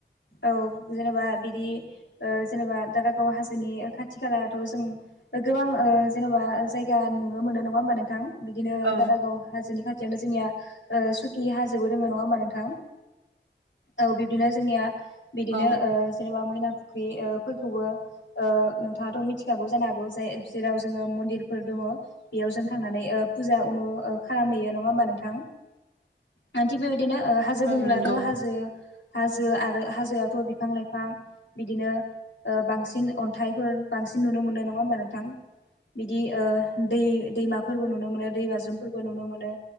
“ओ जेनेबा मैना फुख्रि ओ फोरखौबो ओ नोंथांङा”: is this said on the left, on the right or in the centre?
Left